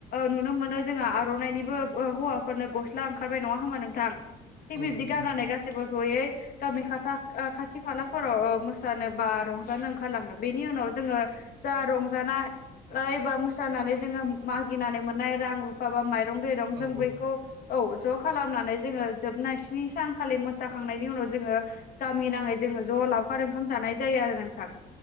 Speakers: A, on the left (about 60°); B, on the right (about 80°).
A: नुनो मोनो जोंहा आर'नाइनिबो हौवाफोरनो गस्ला ओंखारबाय नङा होमबा नोंथां। थिग
B: औ
A: बिबदि
B: नोंथां
A: गाननानै गासैबो ज'यै गामि खाथा खाथि खालाफोराव मोसानो बा रंजानो ओंखारलाङो बेनि उनाव जोंङो जा रंजानाय बा मोसानानै जोंङो मागिनानै मोननाय रां रुफा बा माइरं दैरं जों
B: औ
A: बैखौ औ ज' खालामनानै जोंङो जोबनाय स्नि सानखालि मोसाखांनायनि उनाव जोंङो गामि नाङै जोंङो ज' लावखार ओंखाम जानाय जायो आरो नोंथां।